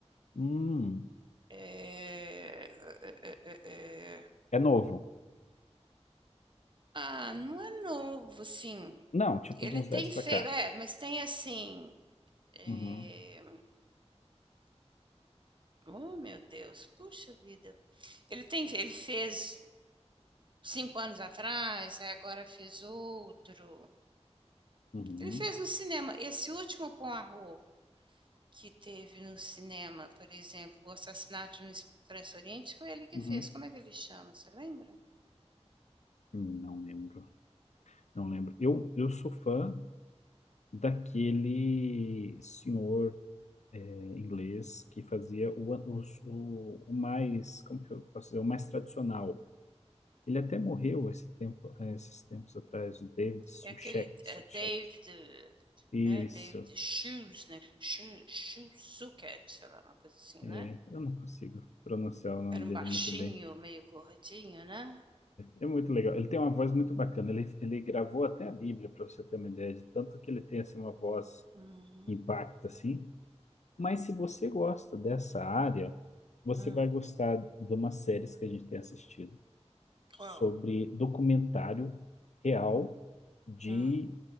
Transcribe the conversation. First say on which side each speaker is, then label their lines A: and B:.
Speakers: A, on the left (about 80°); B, on the right (about 45°).
A: Hum.
B: É, é, é, é, é.
A: É novo.
B: Ah, não é novo, assim.
A: Não, tipo
B: Ele
A: de uns
B: tem
A: 10 pra
B: feio,
A: cá.
B: é, mas tem assim. é,
A: Uhum.
B: Oh, meu Deus, puxa vida. Ele tem, ele fez cinco anos atrás, aí agora fez outro.
A: Uhum.
B: Ele fez no cinema. Esse último Poirot que teve no cinema, por exemplo, o assassinato no Expresso Oriente, foi ele que
A: Uhum.
B: fez. Como é que ele chama? Você lembra?
A: Não lembro. Não lembro. Eu, eu sou fã daquele senhor é, inglês que fazia o, o, o, o mais, como que eu posso dizer, o mais tradicional. Ele até morreu esse tempo, é, esses tempos atrás, o David Suchek.
B: É aquele
A: Suchek.
B: é, David,
A: Isso.
B: né? David Shoes, né? Shoe, Shoe Zucker, sei lá, uma coisa assim,
A: É,
B: né?
A: eu não consigo pronunciar o nome
B: Era um
A: dele
B: baixinho,
A: muito bem.
B: meio gordinho, né?
A: É muito legal. Ele tem uma voz muito bacana. Ele, ele gravou até a Bíblia, para você ter uma ideia de tanto que ele tem assim, uma voz
B: Uhum.
A: que impacta assim. Mas se você gosta dessa área, você
B: Hum,
A: vai gostar de umas séries que a gente tem assistido sobre
B: qual?
A: documentário real de
B: Hum,